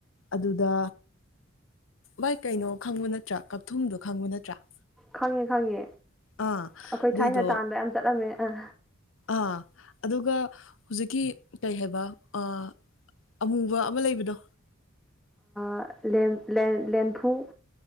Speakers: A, on the left (about 65°); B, in the centre.
A: ꯑꯗꯨꯗ ꯚꯥꯏ ꯀꯩꯅꯣ ꯈꯪꯕ ꯅꯠꯇ꯭ꯔꯥ ꯀꯛꯊꯨꯝꯗꯣ ꯈꯪꯕ ꯅꯠꯇ꯭ꯔꯥ
B: ꯈꯪꯉꯦ ꯈꯪꯉꯦ
A: ꯑꯥ
B: ꯑꯩꯈꯣꯏ
A: ꯑꯗꯨꯏꯗꯣ
B: ꯊꯥꯏꯅ ꯇꯥꯟꯕ ꯌꯥꯝ ꯆꯠꯂꯝꯃꯦ ꯑ
A: ꯑꯥ ꯑꯗꯨꯒ ꯍꯧꯖꯤꯛꯀꯤ ꯀꯩ ꯍꯥꯏꯕ ꯑ ꯑꯃꯨꯕ ꯃ ꯂꯩꯕꯗꯣ
B: ꯑ ꯂꯦꯝ ꯂꯦ ꯂꯦꯟꯐꯨ